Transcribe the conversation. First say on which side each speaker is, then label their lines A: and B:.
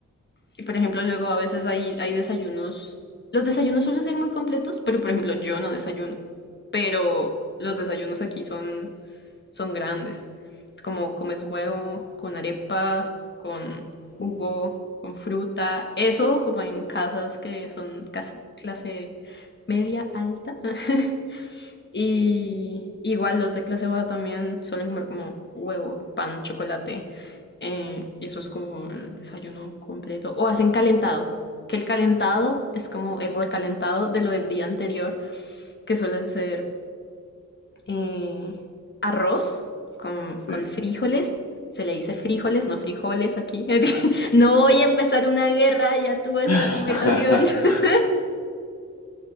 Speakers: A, on the left; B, on the left.
A: Y por ejemplo, luego a veces hay, hay desayunos. Los desayunos suelen ser muy completos, pero por ejemplo, yo no desayuno. Pero los desayunos aquí son son grandes. Es como comes huevo con arepa, con jugo,
B: Sí,
A: con fruta. Eso como en casas que son cas- clase media alta. <laughs> y igual los de clase baja también suelen comer como huevo, pan, chocolate. eh, y eso es como el desayuno completo. O hacen calentado. Que el calentado es como el recalentado de lo del día anterior, que suelen ser eh, arroz con,
B: sí.
A: con frijoles. Se le dice frijoles, no frijoles aquí. <laughs> No voy a empezar una guerra, ya tuve esta
B: <laughs>
A: conversación. <laughs>